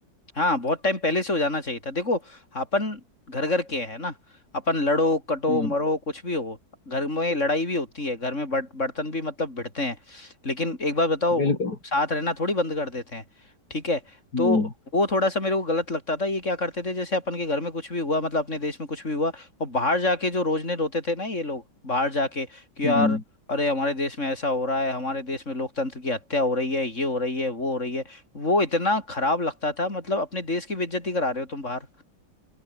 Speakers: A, on the left; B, on the left.
A: हाँ बहुत टाइम पहले से हो जाना चाहिए था देखो अपन घर घर के हैं ना अपन लड़ो कटो
B: हम्म
A: मरो कुछ भी हो घर में लड़ाई भी होती है घर में बर्त- बर्तन भी मतलब भिड़ते हैं लेकिन एक बार बताओ
B: बिल्कुल
A: साथ रहना थोड़ी बंद कर देते हैं ठीक है तो
B: हम्म
A: वो थोड़ा सा मेरे को गलत लगता था ये क्या करते थे जैसे अपन के घर में कुछ भी हुआ मतलब अपने देश में कुछ भी हुआ और बाहर जाके जो रोजने रोते थे ना ये लोग बाहर जाके कि यार
B: हम्म
A: अरे हमारे देश में ऐसा हो रहा है हमारे देश में लोकतंत्र की हत्या हो रही है ये हो रही है वो हो रही है वो इतना खराब लगता था मतलब अपने देश की बेइज्जती करा रहे हो तुम बाहर